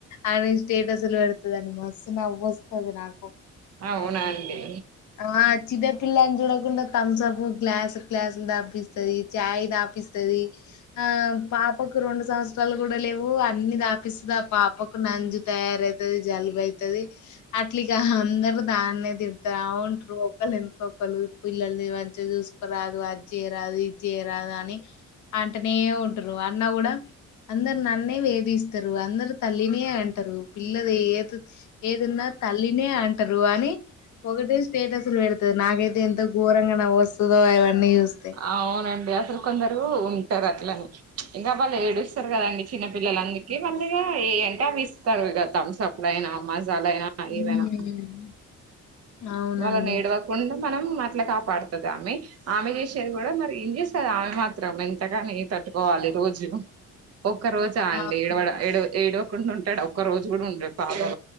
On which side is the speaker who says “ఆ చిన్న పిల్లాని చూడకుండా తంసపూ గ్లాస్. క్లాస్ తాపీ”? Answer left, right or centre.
Left